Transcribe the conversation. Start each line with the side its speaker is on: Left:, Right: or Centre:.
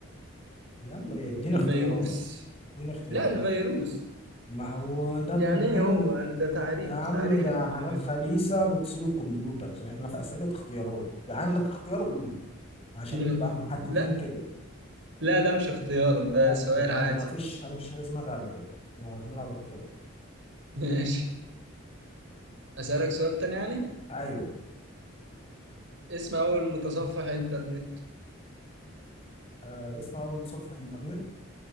Left: يا عم إيه، اديني
Right: الفيروس
Left: اختيارات اديني اختيارات
Right: لا الفيروس
Left: ما هو ده
Right: يعني
Left: برنامج
Right: ايه هو انا ده تعريف
Left: يا عم
Right: تعريف
Left: ده
Right: ال...
Left: حاجات خبيثة بتصيب الكمبيوتر احنا في أسئلة اختيارات ده عندك اختيار قول عشان
Right: ال-
Left: نبقى محددين
Right: لا
Left: كده
Right: لا ده مش اختيار ده
Left: لا
Right: سؤال
Left: ده
Right: عادي
Left: ما فيش مش حاجة اسمها تعريفات ما بنلعب اختيارات
Right: <laughs> ماشي اسالك سؤال تاني يعني
Left: أيوه
Right: اسم اول متصفح انترنت
Left: آه اسمع أول صفحة إنترنت